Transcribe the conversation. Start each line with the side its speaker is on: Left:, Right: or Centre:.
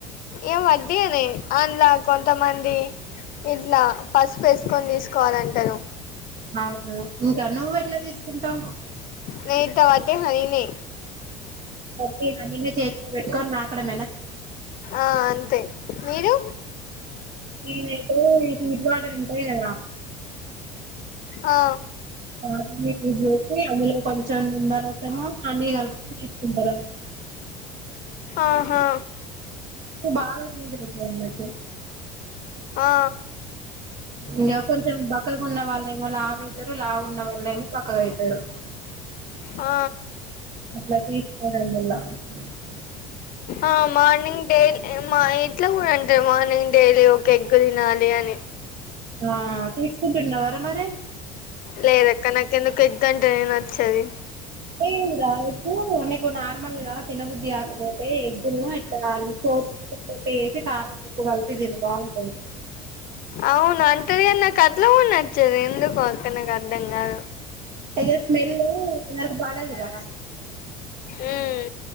Left: ఏం వడ్డీ అనే అందులా కొంతమంది ఇట్లా పసుపేసుకొని తీసుకోవాలంటారు
Right: అవును ఇంకా నువ్వు ఎట్లా తీసుకుంటావు
Left: నయ్యి తో వాటి హనీ నే
Right: బట్టి హనీ ను చేతిలో పెట్టుకోని నాకడమేనా
Left: ఆ అంతే మీరు
Right: నేనైతే హీట్ వాటర్ ఉంటది కదా
Left: ఆ
Right: అ మీకు <unintelligible> చందరుతాము అన్న కలిప దార
Left: ఆహా
Right: బాయి <inaudible>
Left: ఆ
Right: ఇంకా కొంచెం బక్కలుకున్న వాళ్ళ ఏమళ ఆవత లా ఉన్న వాళ్ళ ఏమో పక్కగా అవుతారు
Left: ఆ
Right: అలా దేశ <inaudible>
Left: ఆ మార్నింగ్ డైలీ మా ఇట్లా కూడా అంటారు మార్నింగ్ డైలీ ఒక ఎగ్ తినాలి అని
Right: ఆ తీసుకుంటున్నవరా మరి
Left: లేదక్క నాకు ఎందుకో ఎగ్ అంటే నే నచ్చదు
Right: ఏ రా ఇప్పుడు నీకు నార్మల్ గా తినబుద్ది కాకపోతే ఎగ్గులు ఇట్లా చో పేజ్ కారణం ఉప్పు కలిపి దీన్ని బాగుంటుంది
Left: అవును అంటది <unintelligible> నచ్చదు ఎందుకు అక్క నాకు అర్థం గాదు
Right: తెగ స్మెల్లు ఇది నాకు పడదు రా
Left: ఉమ్